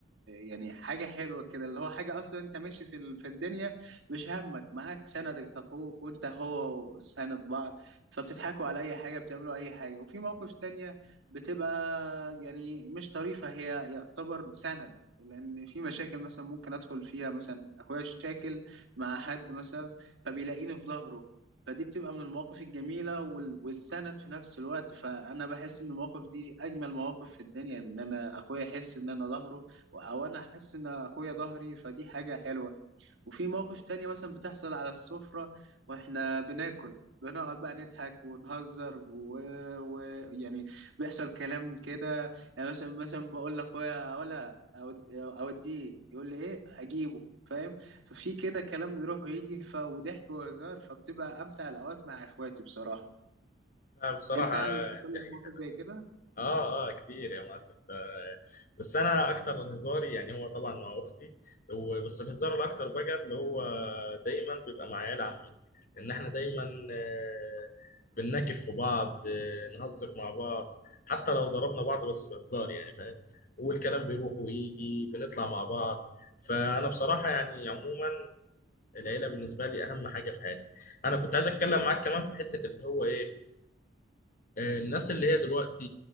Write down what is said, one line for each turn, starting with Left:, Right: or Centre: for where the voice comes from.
Right: يعني حاجة حلوة كده اللي هو حاجة اصلا انت ماشي في ال- في الدنيا مش همك معاك سندك اخوك وانت هو سند بعض فبتضحكوا على اي حاجة بتعملوا اي حاجة وفي مواقف تانية بتبقى يعني مش طريفة هي يعتبر سند لان في مشاكل مثلا ممكن ادخل فيها مثلا اخويا شاكل مع حد مثلا فبيلاقيني في ظهره فدي بتبقى من المواقف الجميلة وال- والسند في نفس الوقت فأنا بحس إن المواقف دي أجمل مواقف في الدنيا إن أنا أخويا يحس إن أنا ظهره أو أنا أحس إن أخويا ظهري فدي حاجة حلوة وفي مواقف تانية مثلا بتحصل على السفرة واحنا بناكل بنقعد بقى نضحك ونهزر ويعني و... و- يعني بيحصل كلام كده يعني مثلا مثلا بقول لاخويا ولا أود... اوديه يقول لي ايه اجيبه فاهم ففي كده كلام بيروح ويجي ف... وضحك وهزار فبتبقى امتع الاوقات مع اخواتي بصراحة
Left: آه، بصراحه
Right: انت هل حصل
Left: دي
Right: لك
Left: حاجه
Right: موقف
Left: حلوه
Right: زي كده؟
Left: اه اه كتير يا معلم ف- بس انا اكتر هزاري يعني هو طبعا مع اختي و- بس الهزار الاكتر بقى اللي هو دايما بيبقى مع عيال عمي ان احنا دايما آه، بنناكف في بعض آه، نهزر مع بعض حتى لو ضربنا بعض بس بهزار يعني فاهم والكلام بيروح ويجي بنطلع مع بعض فانا بصراحه يعني عموما العيله بالنسبه لي اهم حاجه في حياتي انا كنت عايز اتكلم معاك كمان في حته اللي هو ايه آه، الناس اللي هي دلوقتي